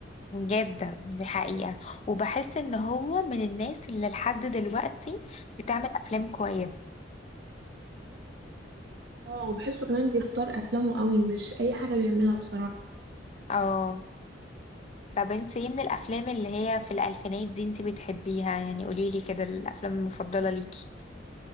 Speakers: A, on the left; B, on the right.
A: جدا دي حقيقة وبحس ان هو من الناس اللي لحد دلوقتي بتعمل افلام كويسة
B: اه وبحسه كمان بيختار افلامه قوي مش اي حاجه بيعملها بصراحه
A: اه طب انت ايه من الافلام اللي هي في الالفينات دي انت بتحبيها يعني قوليلي كده الافلام المفضلة ليكي